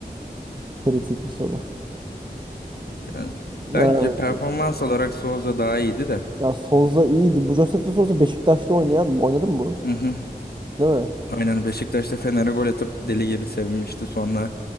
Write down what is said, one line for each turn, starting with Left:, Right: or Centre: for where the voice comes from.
Right: kritik bir soru.
Left: Yani
Right: Ya,
Left: bence performans olarak Souza daha iyiydi de.
Right: ya Souza iyiydi. Bu Josef de Souza Beşiktaş'ta oynayan. Oynadı mı bu?
Left: Hı hı.
Right: Değil mi?
Left: Aynen Beşiktaş'ta Fener'e gol atıp deli gibi sevinmişti sonra.